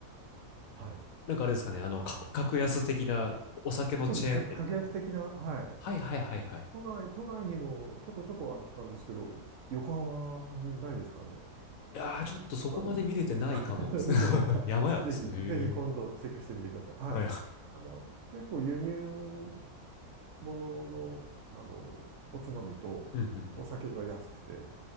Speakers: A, on the right; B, on the left.
A: はい。
B: なんかあれですかね、あの、格、
A: はい
B: 格安的なお酒のチェーン店みたいな。
A: そうです。格格安的な、はい。
B: はいはいはいはい。
A: 都内、都内にもちょこちょこあったんですけど、横浜にないですかね。
B: いやー、ちょっとそこまで見れてないかもですね。
A: まあ <laughs> 見てない。
B: <laughs>
A: あぜひ、
B: 山屋ですね。へー
A: ぜひ今度チェックしてみてください。
B: はい。
A: はい。あの、結構輸入物の、あの、おつまみとお酒が安くて、
B: うんうん。